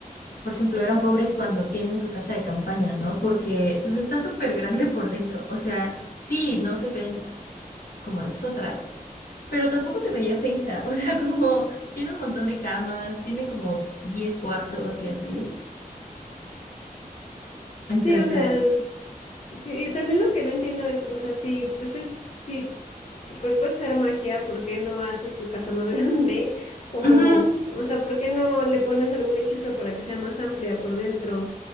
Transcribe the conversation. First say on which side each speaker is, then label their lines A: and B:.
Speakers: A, on the left; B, on the left.
A: por ejemplo, eran pobres cuando tienen su casa de campaña, ¿no? Porque pues está súper grande por dentro. O sea, sí, no se ven como las otras pero tampoco se veía feita, <laughs> o sea, como tiene un montón de camas, tiene como 10 cuartos y así. Entonces,
B: Sí, o sea, Sí, y también lo que no entiendo es, o sea, si, pues es, si, si, pues puedes hacer magia, ¿por qué no haces tu casa más <laughs> grande? Como,
A: ujú,
B: o sea, ¿por qué no le pones algún hechizo para que sea más amplia por dentro?